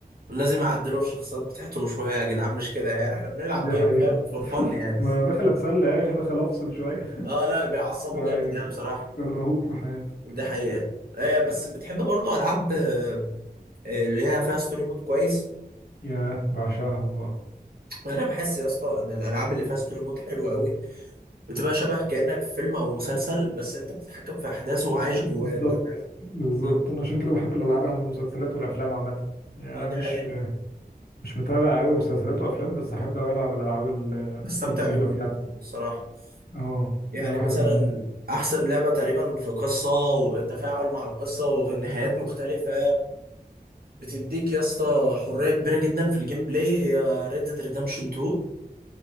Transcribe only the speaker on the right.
لازم يعدلوا الشخصيات بتاعتهم شوية يا جدعان مش كده يعني احنا بنلعب
جيم
فاهم فور فن يعني
اه لا بيعصبوا
جامد يعني بصراحة
دي حقيقة آه بس بتحب برضو ألعاب آه آه، اللي هي فيها ستوري مود كويس
أنا بحس يا اسطى إن الألعاب اللي فيها ستوري مود حلوة أوي بتبقى شبه كأنك في فيلم أو مسلسل بس أنت بتتحكم في أحداثه وعايش جواه
أنت فاهم؟
اه
آه، دي
حقيقة
بستمتع
بيهم
جدا الصراحة
يعني
مثلا
أحسن لعبة تقريبا في قصة وتفاعل مع القصة ونهايات مختلفة وبتديك يا اسطى حرية كبيرة جدا في الجيم بلاي هي Red Dead Redemption 2